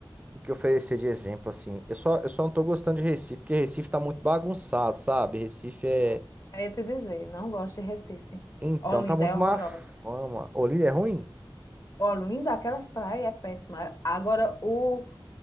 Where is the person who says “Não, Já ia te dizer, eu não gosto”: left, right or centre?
Left